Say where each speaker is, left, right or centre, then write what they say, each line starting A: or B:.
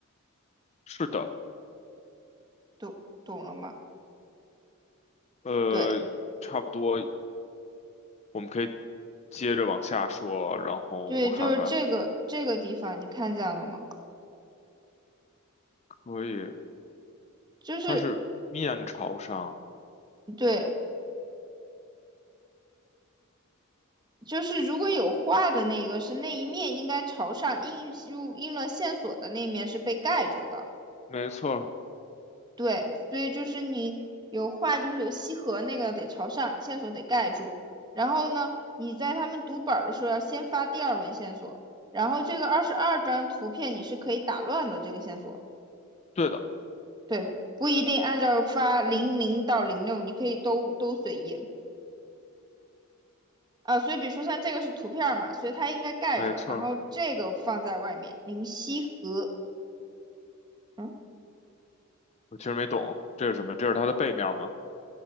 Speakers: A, on the left; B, on the right.
A: 是的，
B: 懂懂了吗？
A: 呃，
B: 对
A: 差不多，我们可以接着往下说，然后我看看，
B: 对，就是这个这个地方，你看见了吗？
A: 可以，
B: 就是
A: 它是面朝上，
B: 对，就是如果有画的那一个是那一面应该朝上，印入印了线索的那一面是被盖着的。
A: 没错，
B: 对，所以就是你有画，就是有西河那个得朝上，线索得盖住。然后呢，你在他们读本儿的时候要先发第二轮线索，然后这个二十二张图片你是可以打乱的这个线索，
A: 对的。
B: 对，不一定按照发零零到零六，你可以都都随意啊。所以比如说像这个是图片儿嘛，所以它应该盖着，
A: 没错儿，
B: 然后这个放在外面，零西河。嗯，
A: 我其实没懂这是什么，这是它的背面吗？